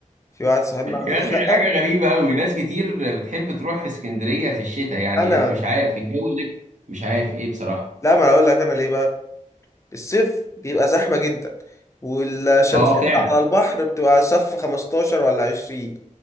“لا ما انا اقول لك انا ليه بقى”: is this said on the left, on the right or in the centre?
Left